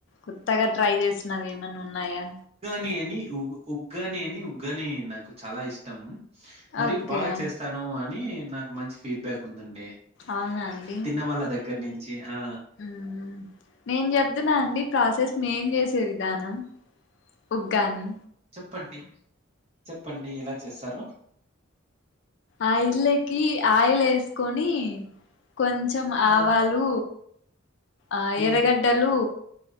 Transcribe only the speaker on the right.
నీ అనీ ఊ ఉగ్గాని అనీ, ఉగ్గానీ నాకు చాలా ఇష్టం మరియు
బాగా చేస్తానూ అనీ నాకు మంచి ఫీడ్బ్యాక్ ఉందండి
తిన్న వాళ్ళ దగ్గర నుంచి. ఆ!
చెప్పండి చెప్పండీ ఎలా చేస్తారో
ఆ!
హ్మ్.